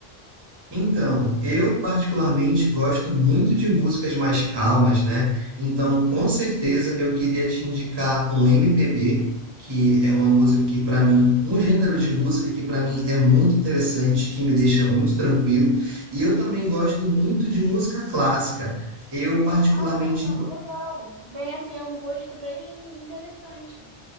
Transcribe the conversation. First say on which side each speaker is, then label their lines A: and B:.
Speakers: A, on the right; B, on the right.
A: Então, eu particularmente gosto muito de músicas mais calmas, né? Então, com certeza eu queria te indicar um MPB, que é uma música que para mim, um gênero de música que para mim é muito interessante, que me deixa muito tranquilo. E eu também gosto muito de música clássica. Eu particularmente
B: Ah, eu também. Legal. Bem, assim, é um gosto bem interessante.